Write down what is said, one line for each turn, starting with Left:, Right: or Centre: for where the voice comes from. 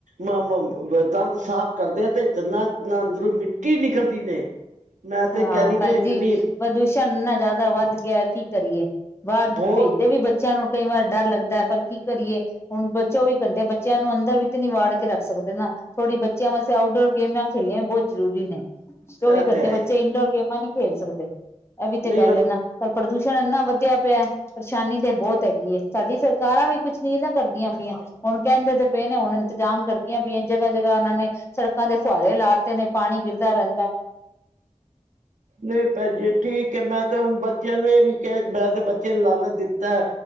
Right: ਮਮ ਮ ਦੰਦ ਸਾਫ਼ ਕਰਦੇ ਆ ਤੇ ਜਨਾਂ ਨਾਂ ਅੰਦਰੋਂ ਮਿੱਟੀ ਨਿਕਲਦੀ ਨੇ। ਮੈਂ ਤੇ
Left: ਹਾਂ
Right: ਕਹਿੰਦੀ ਪ
Left: ਭੈਣਜੀ,
Right: ਇਤਨੀ
Left: ਪ੍ਰਦੂਸ਼ਣ ਇਨਾਂ ਜ਼ਿਆਦਾ ਵੱਧ ਗਿਆ ਕੀ ਕਰੀਏ? ਬਾਰ
Right: ਬਹੁਤ
Left: ਭੇਜ ਫਿਰ ਵੀ ਬੱਚਿਆਂ ਨੂੰ ਕਈ ਵਾਰ ਡਰ ਲੱਗਦਾ ਐ, ਪਰ ਕੀ ਕਰੀਏ? ਹੁਣ ਬ ਚੌਵੀ ਘੰਟੇ ਬੱਚਿਆਂ ਨੂੰ ਅੰਦਰ ਵੀ ਤੇ ਨੀ ਵਾੜ ਕੇ ਰੱਖ ਸਕਦੇ ਨਾ ਥੋੜੀ ਬੱਚਿਆਂ ਵਾਸਤੇ ਆਊਟਡੋਰ ਗੇਮ ਖੇਲੀਆਂ ਬਹੁਤ ਜ਼ਰੂਰੀ ਨੇ। ਚੌਵੀ
Right: ਇਹ
Left: ਘੰਟੇ
Right: ਤੇ ਹੈ
Left: ਬੱਚੇ
Right: ਹੀ
Left: ਇੰਡੋਰ ਗੇਮਾਂ ਨਹੀਂ ਖੇਲ ਸਕਦੇ। ‌ਇਹ ਵੀ ਤੇ
Right: ਨਹੀਂ
Left: ਗੱਲ
Right: ਉਹ
Left: ਨਾ ਪਰ ਪ੍ਰਦੂਸ਼ਣ ਇੰਨਾ ਵਧਿਆ ਪਿਆ। ਪਰੇਸ਼ਾਨੀ ਤੇ ਬਹੁਤ ਹੈਗੀ ਏ। ਸਾਡੀ ਸਰਕਾਰਾਂ ਵੀ ਕੁਝ ਨੀ ਨਾ ਕਰਦੀਆਂ ਪਈਆਂ। ਹੁਣ ਕਹਿੰਦੇ ਤੇ ਪਏ ਨੇ। ਹੁਣ ਇੰਤਜ਼ਾਮ ਕਰਦੀਆਂ ਪਈਆਂ ਜਗ੍ਹਾ- ਜਗ੍ਹਾ ਉਹਨਾਂ ਨੇ ਸੜਕਾਂ ਤੇ ਫੁਹਾਰੇ ਲਾ ਤੇ ਨੇ ਪਾਣੀ ਗਿਰਦਾ ਰਹਿੰਦੈ ਐ।
Right: ਨਈ ਭੈਂਜੀ ਠੀਕ ਐ ਮੈਂ ਤਾਂ ਉ ਬੱਚਿਆਂ ਨੂੰ ਇਹ ਵੀ ਕਹਿ ਮੈਂ ਤੇ ਬੱਚਿਆਂ ਨੂੰ ਲਾਲਚ ਦਿੱਤੀ ਤਾ,